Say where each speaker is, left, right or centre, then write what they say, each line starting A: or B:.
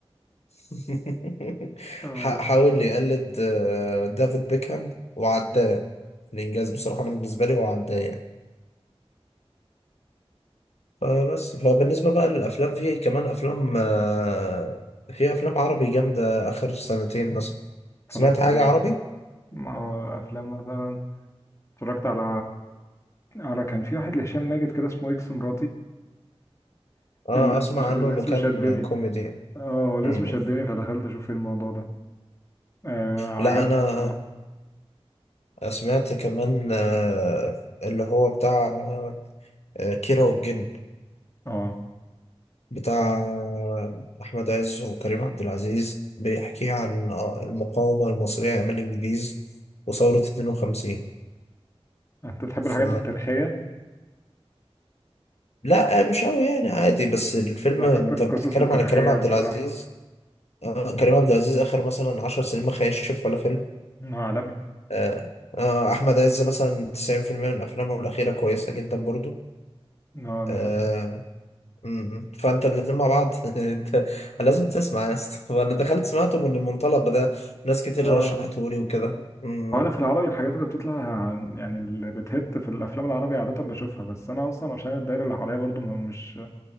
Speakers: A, on the left; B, on the left.
A: <laughs>
B: آه،
A: ح- حاول يقلد آه، دافيد بيكهام وعداه الإنجاز بصراحة أنا بالنسبة لي هو عداه يعني فبس فبالنسبة بقى للأفلام في كمان أفلام آه، في أفلام عربي جامدة آخر سنتين مثلا
B: اتفرجت
A: سمعت حاجة
B: على ايه
A: عربي؟
B: ما هو افلام مثلا اتفرجت على على كان في واحد لهشام ماجد كده اسمه اكس مراتي
A: اه
B: الاسم
A: أسمع عنه
B: الاسم
A: إنه كان
B: شدني
A: كوميدي م-
B: اه هو الاسم
A: م.
B: شدني فدخلت اشوف ايه الموضوع ده آه عجبني
A: لا أنا
B: بصراحة
A: سمعت كمان آه، اللي هو بتاع آه، كيرة والجن
B: اه
A: بتاع آه، أحمد عز وكريم عبد العزيز بيحكي عن آه، المقاومة المصرية أيام الإنجليز وثورة 52
B: انت تحب
A: ف
B: الحاجات التاريخية
A: لا آه، مش قوي يعني عادي بس الفيلم
B: بحب
A: انت
B: القصص
A: بتتكلم
B: التاريخية
A: على كريم عبد
B: بصراحة
A: العزيز آه كريم عبد العزيز اخر مثلا عشر سنين ما خيشش ولا فيلم
B: انه عالمي
A: آه آه احمد عز مثلا 90% من افلامه الاخيره كويسه جدا برضو
B: اه ده
A: آه
B: حقيقة
A: م- فانت الاتنين مع بعض <laughs> انت لازم تسمع يا اسطى <laughs> فانا دخلت سمعته من المنطلق ده ناس كتير
B: ما هو
A: رشحتهولي وكده م-
B: هو انا في العربي الحاجات اللي بتطلع عن- يعني اللي بتهت في الافلام العربي عادة بشوفها بس انا اصلا عشان الدايرة اللي حواليا برضو ما- مش